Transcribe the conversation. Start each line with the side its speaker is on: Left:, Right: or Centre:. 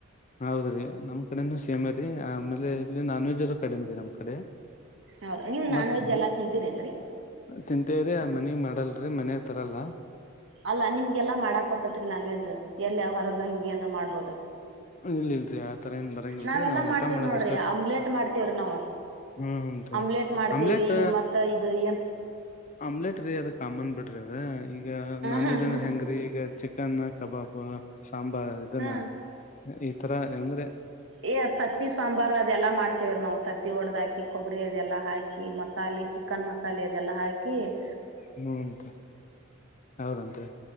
Left: ಹೌದ್ರಿ ನಮ್ ಕಡೆದ ಸೇಮ. ರಿ ಆಮೇಲೆ ಇಲ್ಲಿ ನಾನ್ ವೆಜ್ ಅ್ರ ಕಡಿಮೆ ರ ನಮ್ ಕಡೆ.
Right: ಹೌದ ನೀವ್
Left: ಮತ್ತೆ
Right: ನಾನ್ ವೆಜ್ ಎಲ್ಲಾ ತಿಂತೀರೇನ್ರರಿ
Left: ತಿಂತೇವ್ರಿ ಆ ಮನಗ್. ಮಾಡಲ್ರಿ ಮನೆಗೆ ತರಲ್ಲ.
Right: ಅಲ್ಲ ನಿಮ್ಗೆಲ್ಲ ಮಾಡಾಕ್ ಕೊರ್ತತ್ರಿ ನಾನ್ ವೆಜ್. ಎಲ್ಲಿ ಯ ಹೊರಗ ಹಂಗಿಏನ್ ಮಾಡ್ಬೋದು.
Left: ಇಲ್ಲ್ರರಿ ಆತರ ಏನ್ ಬರಂಗಲ್ರರಿ
Right: ನಾವೆಲ್ಲಾ
Left: ನಾವು
Right: ಮಾಡ್ತೇವ್
Left: ಊಟ ಮಾಡ
Right: ನೋಡ್ರಿ
Left: ಅಷ್ಟೀ
Right: ಆಮ್ಲೆಟ್ ಮಾಡ್ತೇವ್ರಿ ನಾವು
Left: ಹಾ
Right: ಆಮ್ಲೆಟ್
Left: ಹೀ
Right: ಮಾಡ್ತೇವಿ
Left: ಆಮ್ಲೆಟ್.
Right: ಮತ್ತ ಇದು ಏನ್
Left: ಆಮ್ಲೆಟ್ ರೀ ಅದ ಕಾಮನ್ ಬಿಡ್ರಿ ಅದ ಈಗ. ಈಗ ನಾನ್
Right: ಹ
Left: ವೆಜ್
Right: ಹ
Left: ಅಂದ್ರೆ ಹೆಂಗ್ರೀ ಈಗ ಚಿಕ್. ಚಿಕ್ಕನ್ನ ಕಬಾಬ್. ಸಾಂಬಾರ್ ಇದನ್ನ.
Right: ಹ
Left: ಈ ತರ ಏಂದ್ರೆ.
Right: ಏ ತತ್ತಿ ಸಾಂಬಾರ್ ಅದೆಲ್ಲಾ ಮಾಡ್ತೇವ್ರ ನಾವವು ತತ್ತಿ ಒಡ್ದಾಕಿ ಕೊಬ್ಬ. ಅದೆಲ್ಲ ಹಾಕಿ ಮ. ಮಸಾಲೆ ಚಿಕನ್ ಮಸಾಲೆ ಅದೆಲ್ಲ ಹಾಕಿ. ಕ.
Left: ಹ್ಮಂತ ಹೌದಂತೆ